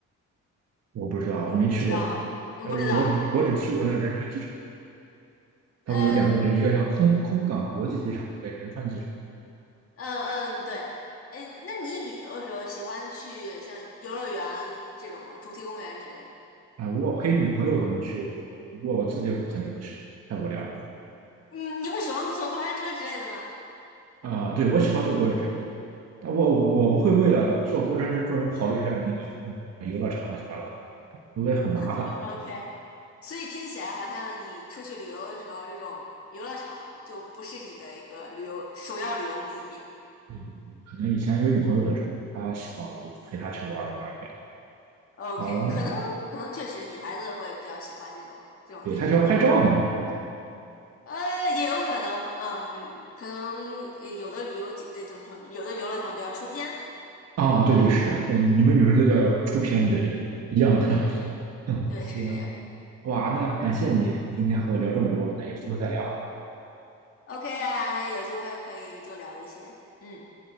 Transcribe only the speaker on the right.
我不知道，
我没去过人。
川，然后我只我只去过那仁川机场，它不是有两个点，
一个叫空空港国际机场，一个仁川机场。
啊，如果陪女朋友可能去这种，不过我自己我肯定不去，太无聊了。
啊，对，我喜欢坐过山车，但我我不会为了坐过山车专门跑一圈那个嗯游乐场乱七八糟，的，因为很麻烦。
嗯，可能以前有女朋友的时候，她喜欢我就陪她去玩儿玩儿
这样。哦，
对，她喜欢拍照嘛这样。
哦，对对是这样。对，你们女生都叫出片，对对，一样的。
<laughs> 嗯行，
哇，那感谢你今天和我聊这么多，那有机会再聊。